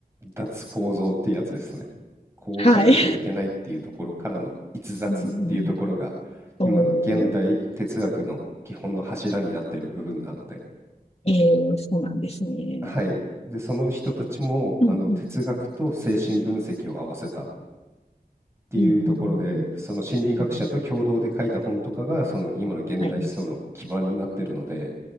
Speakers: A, on the right (about 15°); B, on the left (about 40°).
A: 脱構造ってやつですね。こうじゃなきゃいけないっていうところからの逸脱っていうところが今の現代哲学の基本の柱になっている部分なので、
B: はい。うんうん、そう、えー、そうなんですね。
A: はい。で、その人たちもあの哲学と精神分析を合わせたっ
B: うんうん、
A: ていうところで、
B: うん、うん、うん。
A: その心理学者と共同で書いた本とかがその今の現代思想の基盤になっているので、
B: うんはい。